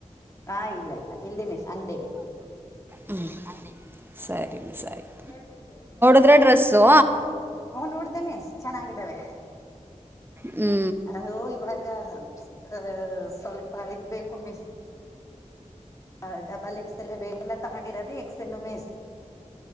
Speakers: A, on the left; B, on the right.
A: ಹಾ ಇಲ್ಲ ಇಲ್ಲ ಇಲ್ಲಿ ಮಿಸ್ ಅಂಗಡಿಗೆ
B: ಹ್ಞೂ ಸರಿ ಮೀಸ್ ಆಯ್ತ್
A: ಎಳ್ಬಿಡಿ <unintelligible>
B: ಇದ್ರಾ ಡ್ರೆಸ್ಸೋ
A: ಹ ನೋಡ್ದೇ ಮಿಸ್ ಚೆನ್ನಾಗಿದ್ದಾವೆ
B: ಹ್ಞೂ
A: ಅದು ಇವಾಗ ಈಗ ಅ ಸ್ವಲ್ಪ ಇದ್ಬೇಕು ಮಿಸ್ ಹ ಡಬಲ್ ಎಕ್ಸಲ್ ಬೇ ಎಲ್ಲ ತಗೊಂಡಿರದಿ ಎಕ್ಸಲ್ ಮಿಸ್